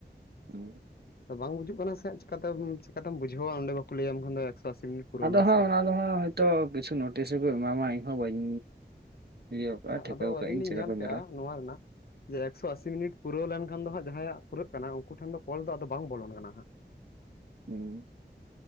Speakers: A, on the right; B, on the left.
A: ᱦᱩᱸ
B: ᱵᱟᱝ ᱵᱩᱡᱩᱜ ᱠᱟᱱᱟ ᱥᱮ ᱪᱮᱠᱟ ᱛᱮᱢ ᱪᱮᱠᱟ ᱛᱮᱢ ᱵᱩᱡᱷᱟᱹᱣᱟ ᱚᱸᱰᱮ ᱵᱟᱠᱚ ᱞᱟᱹᱭᱟᱢ ᱠᱷᱟᱱ ᱫᱚ ᱮᱠᱥᱚ ᱟᱥᱤ ᱢᱤᱱᱤᱴ ᱯᱩᱨᱟᱹᱣᱱᱟ
A: ᱟᱫᱚ ᱦᱟᱸᱜ
B: ᱥᱮ
A: ᱚᱱᱟ ᱫᱚ ᱦᱟᱸᱜ ᱦᱳᱭᱛᱚ ᱠᱤᱪᱷᱩ ᱱᱳᱴᱤᱥ ᱨᱮᱠᱚ ᱮᱢᱟᱢᱟ ᱤᱧᱦᱚᱸ ᱵᱟᱹᱧ ᱤᱭᱟᱹᱣ ᱠᱟᱜᱼᱟ
B: ᱦᱮᱸ
A: ᱴᱷᱤᱠᱟᱹᱣ
B: ᱟᱫᱚ
A: ᱠᱟᱜ
B: ᱟᱹᱞᱤᱧ
A: ᱟᱹᱧ
B: ᱞᱤᱧ
A: ᱪᱮᱠᱟ
B: ᱧᱮᱞ
A: ᱠᱚ
B: ᱠᱮᱜᱼᱟ
A: ᱧᱮᱞᱟ
B: ᱱᱚᱣᱟ ᱨᱮᱱᱟᱜ ᱡᱮ ᱮᱠᱥᱚ ᱟᱥᱤ ᱢᱤᱱᱤᱴ ᱯᱩᱨᱟᱹᱣ ᱞᱮᱱᱠᱷᱟᱱ ᱫᱚ ᱦᱟᱸᱜ ᱡᱟᱦᱟᱸᱭᱟᱜ ᱯᱩᱨᱟᱹᱜ ᱠᱟᱱᱟ ᱩᱱᱠᱩ ᱴᱷᱮᱱ ᱫᱚ ᱠᱚᱞ ᱫᱚ ᱟᱫᱚ ᱵᱟᱝ ᱵᱚᱞᱚᱱ ᱠᱟᱱᱟ ᱦᱟᱸᱜ
A: ᱦᱮᱸ